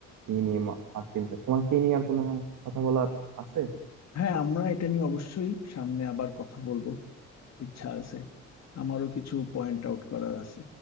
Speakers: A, on the right (about 80°); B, on the left (about 60°).
A: ই নিয়ে মা- আর চিন্তা তোমার কি নিয়ে আর কোনো কথা বলার আছে
B: হ্যাঁ আমরা এটা নিয়ে অবশ্যই সামনে আবার কথা বলবো ইচ্ছা আছে আমারও কিছু পয়েন্ট আউট করার আছে